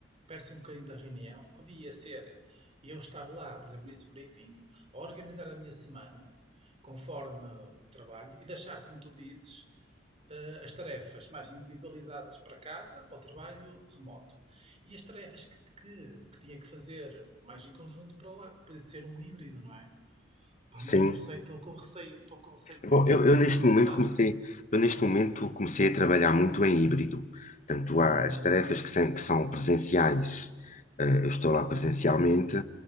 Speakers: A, on the right (about 30°); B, on the left (about 40°).
A: perde-se um bocadinho da reunião. Podia ser eu estar lá, por exemplo, nesse briefing, a organizar a minha semana, conforme o trabalho, e deixar, como tu dizes, eh, as tarefas mais individualizadas para casa, para o trabalho remoto. E as tarefas que, que, que tinha que fazer mais em conjunto para lá. Podia ser um híbrido, não é? Pá,
B: sim.
A: mas não sei, estou com receio, estou com receio de depois
B: Bom,
A: não,
B: eu, eu
A: não
B: neste
A: habituar.
B: momento comecei, eu neste momento comecei a trabalhar muito em híbrido. Portanto,
A: Hum.
B: há as tarefas que são, que são presenciais, eh, eu estou lá presencialmente,